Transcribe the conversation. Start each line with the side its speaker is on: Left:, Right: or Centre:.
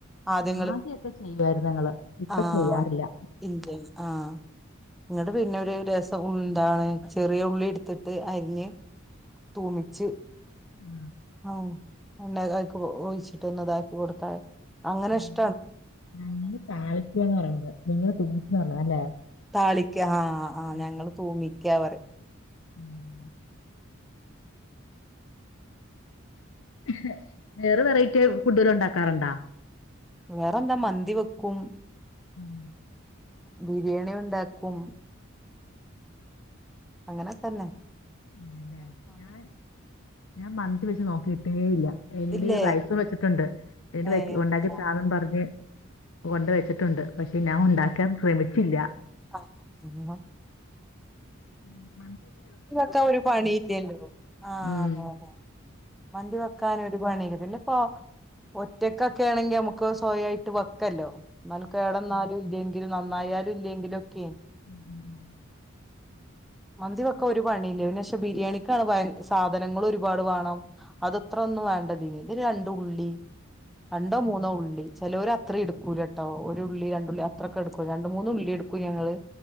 Centre: ആദ്യങ്ങള്
Left: ആദ്യൊക്കെ. ഒക്കെ ചെയ്യായിരുന്നു ങ്ങള് ഇപ്പ
Centre: ആഹ്
Left: ചെയ്യാറില്ല.
Centre: ഇല്ലേ ആഹ് ഇങ്ങട്ട് പിന്നെ ഒരു രസം ഉം ന്താണ് ചെറിയുള്ളിടുത്തിട്ട് അരിഞ്ഞ്. തൂമിച്ച്.
Left: ആ,
Centre: ആ <unintelligible> ഐക്ക് ഒയിച്ചിട്ട് ഒന്ന് താക്കി കൊടുത്താ അങ്ങനെ
Left: ഉം.
Centre: ഇഷ്
Left: ഞങ്ങള് താളിക്കാന്ന പറിണത് നിങ്ങള് തൂമിച്ചന്ന് <unintelligible> പറ അല്ലേ?
Centre: താളിക്ക ആ ആ് ആ
Left: ഉം,
Centre: ഞങ്ങള് തൂമിക്ക പറിം.
Left: ഉം. ഹ് വേറെ വെറൈറ്റി ഫുഡുല് ഉണ്ടാക്കാറുണ്ടാ?
Centre: വേറെന്ത മന്തിവക്കു.
Left: ഉം.
Centre: ബിര്യാണി ഉണ്ടാക്കും അങ്ങനൊക്കെന്നെ
Left: അങ്ങനെല്ലേ ഞാ ഞാൻ മന്തി വെച്ച് നോക്കീട്ടേല്ല്യ <unintelligible>
Centre: ഇല്ലേ
Left: റൈസു വെച്ചിട്ടുണ്ട് <unintelligible> ന്നട്ട്
Centre: ഏ ഇത്
Left: ഉണ്ടാക്കിതാന്നും പറഞ്ഞ് കൊണ്ട് വെച്ചിട്ടുണ്ട് പക്ഷെ ഞാൻ ഉണ്ടാക്കാൻ ശ്രമിച്ചില്ല
Centre: ആ മിനിമം
Left: ഉം.
Centre: മന്തി വെക്കാ ഒരു പണീല്ല്യല്ലോ ആ
Left: ഉം
Centre: അതെതെ മന്തി വെക്കാന് ഒരു പണില്ല പിന്നെ ഇപ്പൊ ഒറ്റക്കൊക്കെണെങ്കി നമുക്ക് സ്വയായിട്ട് വെക്കല്ലോ ന്നാല് ക്കേടന്നാലും ഇല്ലെങ്കിലും നന്നായാലും ഇല്ലെങ്കിലും ഒക്കെ
Left: മ്മ് മ്മ് മ്മ്
Centre: മന്തി വൊക്കാ ഒരു പണീല്ല്യ പിന്നെ ബിരിയാണിക്കാണ് ഭയ സാധനങ്ങളോരുപാട് വാണം അത് ഇത്ത്രന്നും വേണ്ടതിന് ഇതിന് രണ്ടുള്ളി രണ്ടോ മൂന്നോ ഉള്ളി ചെലൊര് അത്രീട്ക്കൂലട്ടോ ഒരു ഉള്ളി രണ്ടുള്ളി അത്രൊക്കെട്ക്കൂ രണ്ട് മൂന്ന് ഉള്ളിട്ക്കും ഞങ്ങള്